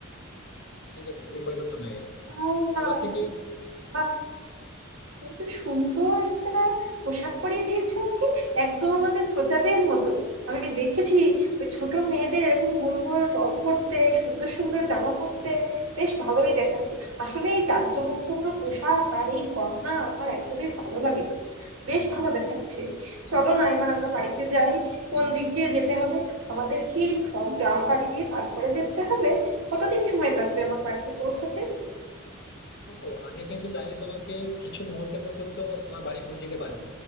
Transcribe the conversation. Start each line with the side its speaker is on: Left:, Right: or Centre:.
Left: এই দেখো তুমি পরিবর্তন হয়ে গেলে
Right: আহ,
Left: তো এবার থেকে
Right: বাহ এত সুন্দর একটা পোশাক পরিয়ে দিয়েছো আমাকে একদম আমাদের প্রজাদের মতো আমি দেখেছি ওই ছোট মেয়েদের এরকম গোল গোল টপ পরতে সুন্দর সুন্দর জামা পরতে বেশ ভালোই দেখাচ্ছে আসলে এই জাঁকজমকপূর্ণ পোশাক আর এই গহনা আমার একদমই ভালো লাগে না বেশ ভালো দেখাচ্ছে চলো না এবার আমরা বাড়িতে যাই কোন দিক দিয়ে যেতে হবে আমাদের কি সব গ্রাম পাড়ি দিয়ে তারপরে যেতে হবে কতদিন সময় লাগবে আমার বাড়িতে পৌঁছাতে
Left: দেখো আমি কিন্তু চাইলে তোমাকে কিছু মুহূর্তের মধ্যে হয়তো তোমার বাড়ি পৌঁছে দিতে পারবো